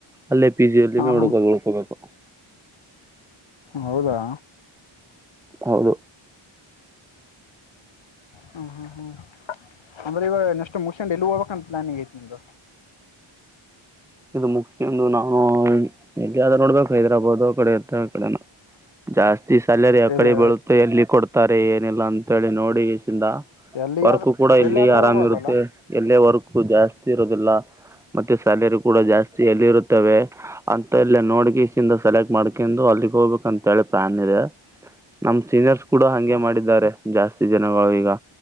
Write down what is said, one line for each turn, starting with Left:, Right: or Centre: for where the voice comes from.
Centre: ಅಲ್ಲೇ ಪಿ ಜಿ ಅಲ್ಲಿ ಹುಡ್ಕೊಂಡು
Left: ಹಾ
Centre: ಉಳಕೋಬೇಕು
Left: ಹೌದಾ
Centre: ಹೌದು
Left: ಹ್ಮ್ ಹ್ಮ್ ಹ್ಮ್ ಅಂದ್ರೆ ಇವಾಗ ನೆಕ್ಸ್ಟ್ ಮುಗಿಸಕೊಂಡ ಎಲ್ಲಿ ಹೋಗ್ಬೇಕ್ ಅಂತ ಪ್ಲಾನ್ನಿಂಗ್ ಐತ್ ನಿಂದು
Centre: ಇದು ಮುಗ್ಯಸ್ಕೊಂಡು ನಾವು ಎಲ್ಯಾದ್ರು ನೋಡ್ಬೇಕು ಹೈದ್ರಾಬಾದು ಕಡೆ ಇತ್ತಾ ಕಡೆನೊ ಜಾಸ್ತಿ ಈ ಸ್ಯಾಲರಿ ಯಾಕಡೆ
Left: ಇದು
Centre: ಬೀಳುತೋ ಎಲ್ಲಿ ಕೊಡ್ ತಾರೆ ಏನಿಲ್ಲಾ ಅಂತೇಳಿ ನೋಡಿ <unintelligible>
Left: ಎಲ್ಲಿಗಾದ್ರೂ
Centre: ವರ್ಕ್ ಕೂಡಾ ಇಲ್ಲಿ
Left: ಎಲ್ಲಿಯಾದ್ರೂ
Centre: ಆರಾಮ್
Left: ಹೋಗ್ಬೋದಲ್ಲ
Centre: ಇರುತ್ತೆ ಎಲ್ಲೇ ವರ್ಕ್ ವರ್ಕ್ ಜಾಸ್ತಿ ಇರೋದಿಲ್ಲ ಮತ್ತೆ ಸ್ಯಾಲರಿ ಕೂಡ ಜಾಸ್ತಿ ಎಲ್ಲಿ ಇರುತ್ತವೆ ಅಂತಲ್ಲಿ ನೋಡ್ಕೆಸಿಂದ ಸೆಲೆಕ್ಟ್ ಮಾಡ್ಕೊಂಡು ಅಲ್ಲಿಗ ಹೋಗ್ಬೇಕ ಅಂತ ಹೇಳಿ ಪ್ಲಾನ್ ಇದೆ ನಮ್ ಸೀನಿಯರ್ಸ್ ಕೂಡ ಹಂಗೆ
Left: ಹ್ಮ್
Centre: ಮಾಡಿದ್ದಾರೆ ಜಾಸ್ತಿ ಜನಗೋಳ ಈಗಾ